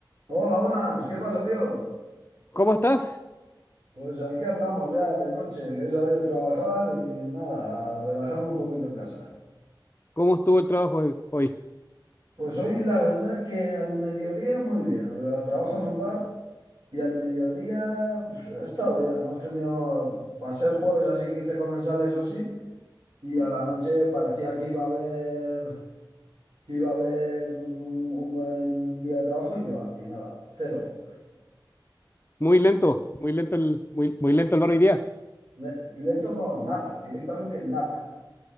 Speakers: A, on the right; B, on the left.
A: Hola, buenas, ¿qué pasa, tío?
B: ¿Cómo estás?
A: Pues aquí andamos ya de noche, que he salido de trabajar y nada, a relajarme un poquito en casa.
B: ¿Cómo estuvo el trabajo hoy? hoy?
A: Pues hoy la verdad que al mediodía muy bien, o sea, trabajo en un bar y al mediodía pues, ha estado bien, hemos tenido, para ser jueves así, 15 comensales o así, y a la noche parecía que iba a haber, que iba a haber un, un buen día de trabajo y que va, y nada, cero.
B: Muy lento, muy lento el, muy, muy lento el bar hoy día.
A: Ne- Lento no, nada, directamente nada.